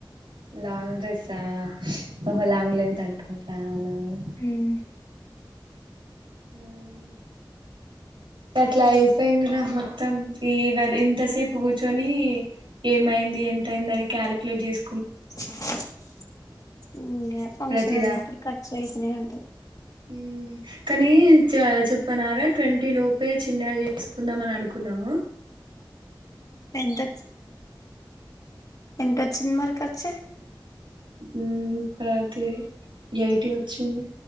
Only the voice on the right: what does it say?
లాంగ్ డ్రెస్సా ఓహో లాంగ్ లెన్త్ అనుకుంట అవునవును
హ్మ్మ్ పట్లైజ్ ఏందిరా మొత్తం ఈదది ఇంతసేపు కూర్చొని ఏమయింది ఎంత అయింది అని క్యాలిక్యలేట్ చేస్
ప్రతి
ఊ కనీ చ చెప్పన్నారా ట్వంటీ లోపే చిన్నగా చేసుకుందామ అని అనుకున్నము
ఊ ప్రతే అయటోత్ వచ్చింది